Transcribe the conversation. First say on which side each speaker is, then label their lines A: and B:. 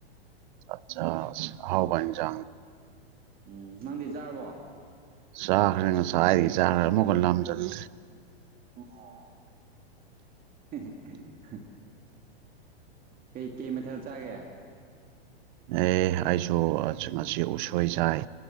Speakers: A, on the right; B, on the right.
A: ꯑꯆꯥ ꯍꯥꯎ ꯖꯥꯡ
B: ꯎꯝ ꯅꯪꯗꯤ ꯆꯥꯔꯕꯣ
A: ꯆꯥꯛꯈ꯭ꯔꯦꯅꯥꯏꯗꯤ ꯆꯈ꯭ꯔꯦ ꯑꯃꯨꯛꯀ ꯂꯝ ꯆꯟꯗꯦ
B: ꯑꯣ ꯀꯩ ꯀꯩ ꯃꯊꯦꯜ ꯆꯥꯒꯦ
A: ꯑꯦ ꯑꯩꯁꯨ ꯃꯁꯤ ꯎꯁꯣꯏ ꯆꯥꯏ